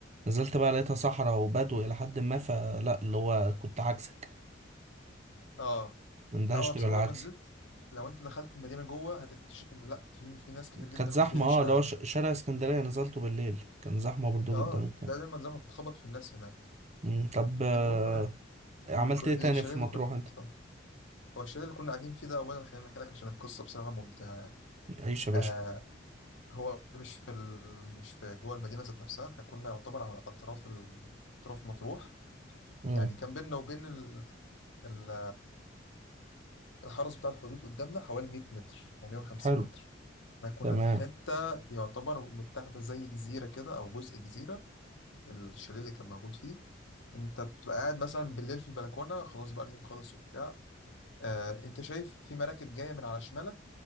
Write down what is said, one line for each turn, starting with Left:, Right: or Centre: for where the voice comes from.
Right: نزلت بقى لقيتها صحراء وبدو الى حد ما فلا اللي هو كنت عكسك
Left: اه
Right: مندهشت
Left: لا انا بصراحه
Right: بالعكس
Left: لما نزلت لو انت دخلت المدينه جوه هتكتشف انه لا في في ناس كتير جدا
Right: كانت زحمه
Left: وفي عيشه
Right: اه اللي هو ش- شارع اسكندريه نزلته بالليل كان زحمه برضو
Left: اه
Right: جدا وبتاع
Left: ده دايما زي ما بتخبط في الناس هناك
Right: مم، طب آه،
Left: المهم
Right: عملت
Left: الكل-
Right: ايه تاني
Left: الشاليه
Right: في
Left: اللي
Right: مطروح
Left: كنا
Right: انت
Left: اتفضل. هو الشاليه اللي كنا قاعدين فيه ده اولا خليني احكي لك عشان القصه بصراحه ممتعه
Right: عيش يا باشا
Left: آه هو مش في ال... مش في جوه المدينة ذات نفسها احنا كنا يعتبر على أطراف ال... أطراف مطروح
Right: مم،
Left: يعني كان بيننا وبين ال... ال... الحرس بتاع الحدود قدامنا حوالي 100 متر أو 150
Right: حلو
Left: متر احنا كنا
Right: تمام
Left: في حتة يعتبر متاخدة زي جزيرة كده أو جزء جزيرة الشاليه اللي كان موجود فيه أنت بتبقى قاعد مثلا بالليل في البلكونة خلاص بقى اليوم خلص وبتاع آه أنت شايف في مراكب جاية من على شمالك